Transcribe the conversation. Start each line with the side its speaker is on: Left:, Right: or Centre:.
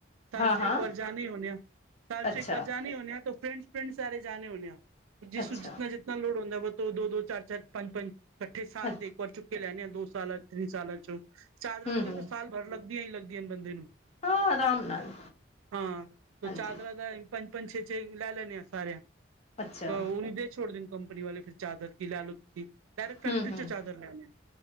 Right: ਸਾਲ
Left: ਹਾਂ
Right: 'ਚ
Left: ਹਾਂ
Right: ਇੱਕ ਵਾਰ ਜਾਂਨੇ ਈ ਹੁੰਨੇ ਆਂ, ਸਾਲ 'ਚ
Left: ਅੱਛਾ
Right: ਇੱਕ ਵਾਰ ਜਾਂਨੇ ਈ ਹੋਨੇ ਆਂ ਫਰੈਂਡਸ, ਫਰੈਂਡਸ ਸਾਰੇ ਜਾਨੇ ਹੁਨੇ ਆਂ। ਜਿਸਨੂੰ
Left: ਅੱਛਾ
Right: ਜਿਤਨਾ-ਜਿਤਨਾ ਲੋਡ ਹੋਂਦੈ ਵੱਧ ਤੋਂ ਵ ਦੋ-ਦੋ, ਚਾਰ-ਚਾਰ, ਪੰਜ-ਪੰਜ ਕੱਠੇ ਸਾਲ
Left: ਅੱ
Right: ਦੇ ਇੱਕ ਵਾਰ ਛੁੱਟੀ ਲੈਨੇ ਆਂ ਦੋ ਸਾਲਾਂ, ਥ੍ਰੀ ਸਾਲਾ 'ਚ ਚਾਦਰਾਂ
Left: ਹੂੰ
Right: ਨੂੰ <unintelligible>
Left: ਹੂੰ
Right: ਸਾਲ ਭਰ ਲੱਗਦੀਆਂ ਈ ਲੱਗਦੀਆਂ ਨ ਬੰਦੇ ਨੂੰ।
Left: ਹਾਂ ਆਰਾਮ ਨਾਲ
Right: ਹਾਂ, ਤੂੰ
Left: ਹਾਂਜੀ
Right: ਚਾਦਰਾਂ ਦਾ <unintelligible> ਪੰਜ, ਛੇ-ਛੇ ਲੈ ਲੈਨੇ ਆਂ ਸਾਰੇਆਂ
Left: ਅੱਛਾ
Right: ਤੋ ਉਨਦੇ ਛੋੜ ਦੇਨ ਕੰਪਨੀ ਵਾਲੇ ਫਿਰ। ਚਾਦਰ ਕੀ ਲੈ ਲੋ ਤੁਸੀ ਡਾਇਰੈਕਟ ਫੈਕਟਰੀ
Left: ਹੂੰ ਹੂੰ
Right: 'ਚੋਂ ਚਾਦਰ ਲੈਨੇ ਆਂ।